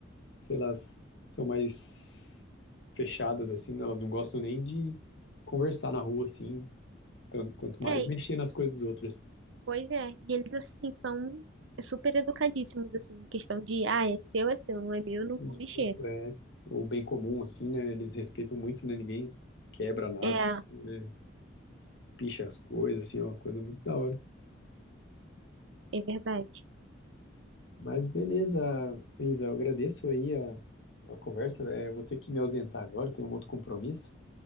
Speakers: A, on the left; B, on the right.
A: sei lá, s- são mais fechadas, assim, né? Elas não gostam nem de conversar na rua, assim, Tanto quanto mais
B: É,
A: mexer nas coisas dos outros, assim.
B: Pois é, e eles assim são super educadíssimos assim, em questão de, ah, é seu, é seu, não é meu, eu não
A: E
B: vou mexer.
A: isso é o bem comum, assim, né? Eles respeitam muito, né? Ninguém quebra nada,
B: É,
A: assim, né? Picha as coisas, assim, é uma coisa muito da hora.
B: é verdade.
A: Mas beleza, Isa, eu agradeço aí a, a conversa. É, eu vou ter que me ausentar agora, eu tenho um outro compromisso.